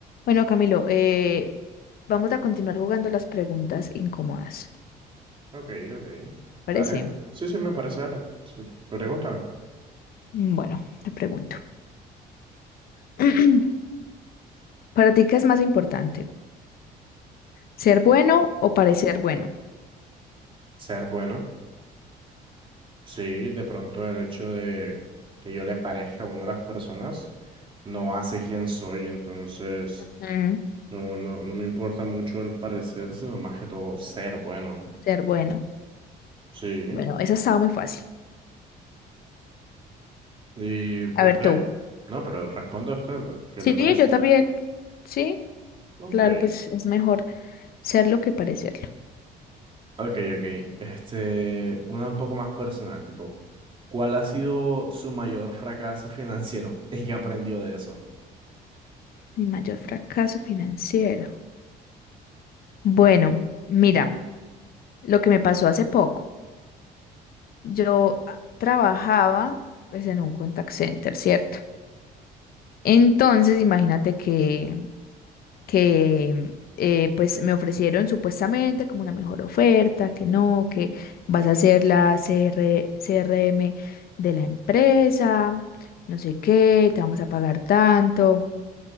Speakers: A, on the left (about 60°); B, on the right (about 30°).
A: Bueno, Camilo, eh, vamos a continuar jugando las preguntas incómodas.
B: Ok, ok.
A: ¿Parece?
B: Dale. ent- Sí, sí, me parece, dale. Sí, Pregúntame.
A: Mm, Bueno, te pregunto. <clears throat> ¿Para ti qué es más importante? ¿Ser bueno o parecer bueno?
B: Ser bueno. Sí, de pronto el hecho de que yo le parezca a uno a las personas no hace quién soy, entonces
A: Mm,
B: no, no, no me importa mucho el parecer, sino más que todo ser bueno.
A: ser bueno.
B: Sí.
A: Bueno, esa estaba muy fácil.
B: ¿Y
A: A
B: usted?
A: ver tú.
B: No, pero responda usted, ¿qué
A: Sí,
B: le parece?
A: yo también. Sí,
B: Ok.
A: claro, pues es mejor serlo que parecerlo.
B: Ok, ok. Este, una un poco más personal, tipo, ¿cuál ha sido su mayor fracaso financiero <laughs> y qué aprendió de eso?
A: Mi mayor fracaso financiero. Bueno, mira, lo que me pasó hace poco. Yo ah, trabajaba pues en un contact center, ¿cierto? Entonces, imagínate que, que eh, pues me ofrecieron supuestamente como una mejor oferta, que no, que vas a ser la CR, CRM de la empresa, no sé qué, te vamos a pagar tanto.